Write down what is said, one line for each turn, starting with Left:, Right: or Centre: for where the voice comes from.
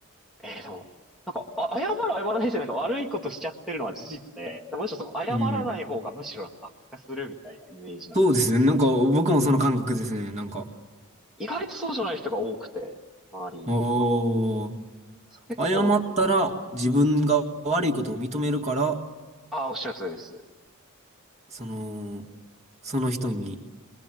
Centre: えー、でも、なんか、あ、謝る謝らないじゃなんか悪いことしちゃってるのは事実で、むしろその謝らない方がむしろなんか悪化するみたいなイメージなんで。
Right: うん。そうですね。なんか、僕もその感覚ですね。なんか、
Centre: 意外とそうじゃない人が多くて、周りに。
Right: おー、
Centre: 結構、
Right: 謝ったら自分が悪いことを認めるから、
Centre: なんか、ああ、おっしゃる通りです。
Right: その、その人に、